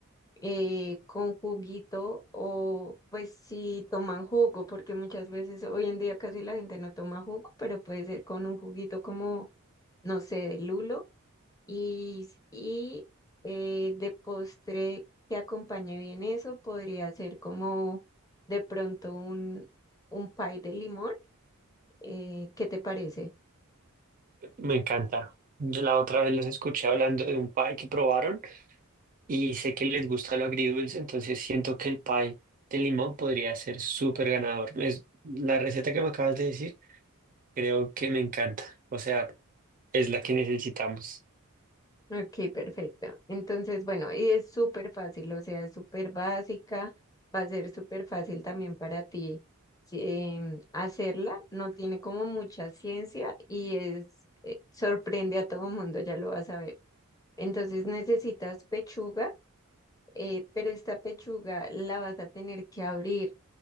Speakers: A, on the left (about 15°); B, on the right (about 40°).
A: eh, con juguito o pues si toman jugo, porque muchas veces hoy en día casi la gente no toma jugo, pero puede ser con un juguito como, no sé, de lulo y, s- y eh, de postre que acompañe bien eso, podría ser como de pronto un, un pie de limón. eh, ¿qué te parece?
B: Me encanta. Yo la otra vez los escuché hablando de un pie que probaron y sé que les gusta lo agridulce, entonces siento que el pie de limón podría ser súper ganador. Es, la receta que me acabas de decir, creo que me encanta. O sea, es la que necesitamos.
A: Ok, perfecto. Entonces, bueno, y es súper fácil, o sea, es súper básica, va a ser súper fácil también para ti em, hacerla, no tiene como mucha ciencia y es, eh, sorprende a todo mundo, ya lo vas a ver. Entonces necesitas pechuga, eh, pero esta pechuga la vas a tener que abrir